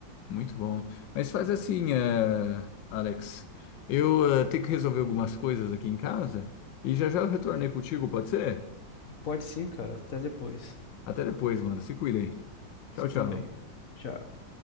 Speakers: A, on the left (about 75°); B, on the left (about 50°).
A: muito bom. Mas faz assim, eh, Alex, eu eh, tenho que resolver algumas coisas aqui em casa e já já eu retornei contigo, pode ser?
B: Pode sim, cara, até depois.
A: Até depois, mano. Se cuida aí. Tchau,
B: Você
A: tchau.
B: também. Tchau.